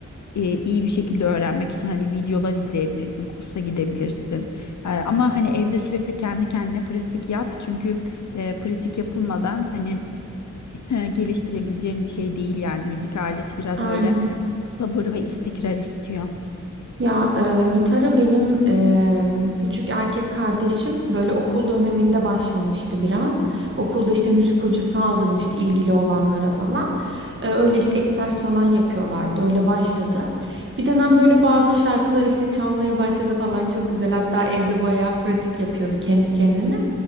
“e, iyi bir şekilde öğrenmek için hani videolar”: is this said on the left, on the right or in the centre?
Left